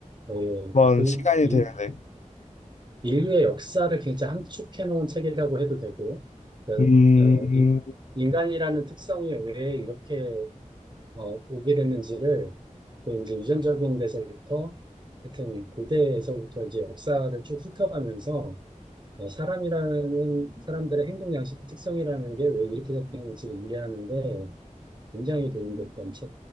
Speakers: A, on the right (about 35°); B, on the left (about 60°).
A: 어,
B: 한번
A: 그
B: 시간이
A: 인-
B: 되는데
A: 인류의 역사를 굉장히 함축해 놓은 책이라고 해도 되고요. 그,
B: 음,
A: 어, 인- 인간이라는 특성이 왜 이렇게 어, 오게 됐는지를 그 이제 유전적인 데서부터 하여튼 고대에서부터 이제 역사를 쭉 훑어가면서 어, 사람이라는 사람들의 행동 양식 특성이라는 게 왜 이렇게 됐는지를 이해하는데 굉장히 도움이 됐던